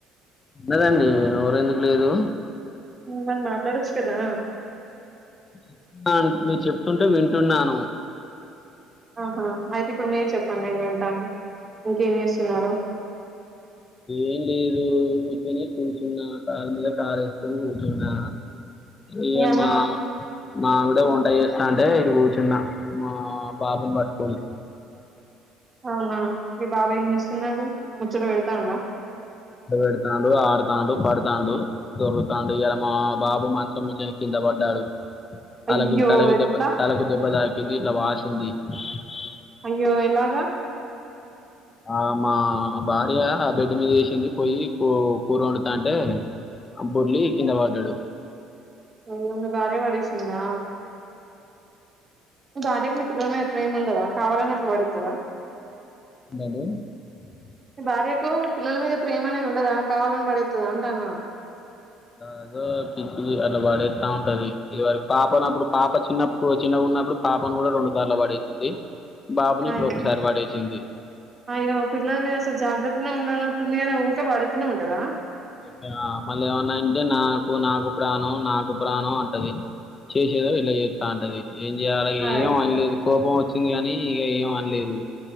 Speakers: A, on the left (about 30°); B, on the right (about 30°).
A: ఉన్నదండి నోరెందుకు లేదు
B: మరి మాట్లాడొచ్చు కదా
A: <unintelligible> మీర్ చెప్తుంటే వింటున్నాను
B: ఆహా అయితే ఇప్పుడు మీరు చెప్పండి నేను వింటాను ఇంకేం చేస్తున్నారు
A: ఏం లేదు ఊకేనే కూచున్నా కాల్ మీద కాలేసుకొని కూచున్నా ఈయ
B: మీ అన్న
A: మా
B: మస్త్
A: మావిడ
B: హ్మ్.
A: వంట చేస్తాంటే ఇటు కూ ఉన్న మా బాబున్ బట్కొని
B: అవునా మీ బాబేం చేస్తున్నాడు ముచ్చట బెడతాండా
A: <unintelligible> పెడతాండు ఆడుతాండు పడతాండు దొర్లుతాండు ఇయ్యాలా మా బాబు మంచం మీచెల్లి కిందబడ్డాడు
B: అయ్యో!
A: తలకి తలకి
B: ఎట్లా?
A: దెబ్బ దెబ్బ తాకింది ఇట్లా వాచ్ <unintelligible>
B: అయ్యో ఎలాగా
A: ఆ మా భార్య బెడ్డు మీదేసింది పోయి కూ కూరొండుతాంటే ఆ బొర్లి కింద పడ్డాడు
B: అయ్యో మీ భార్య పడేసిందా మీ భార్యకు మీ పిల్లలమీద ప్రేముండదా కావాలని అట్లా పడేత్తదా
A: <unintelligible>
B: మీ భార్యకు మీ పిల్లల మీద ప్రేమ అనేది ఉండదా కావాలని పడేత్తదా అంటాన్నా
A: అదో పిచ్చిది అట్లా పాడేస్తా ఉంటది ఇవ పాపనుప్పుడు పాప చిన్నప్పుడు చిన్నగున్నప్పుడు పాపను కూడా రెండు సార్లు పడేసింది బాబుని
B: హాయ్
A: ఇప్పుడు
B: అండి
A: ఒకసారి పడేసింది
B: అయ్యో పిల్లల మీద అసలు జాగ్రత్తనే ఉండన తుందిగానే ఊకే పడేత్తానే ఉంటదా
A: ఇలా మళ్ళ ఏమన్నా అంటే నాకు నాకు ప్రాణం నాకు ప్రాణం అంటది చేసేదో ఇట్ల చెత్తా అంటది ఏం చేయలె
B: ఆయ్
A: ఏం అనలేదు కోపం వచ్ <unintelligible> కానీ ఇగ ఏం అనలేదు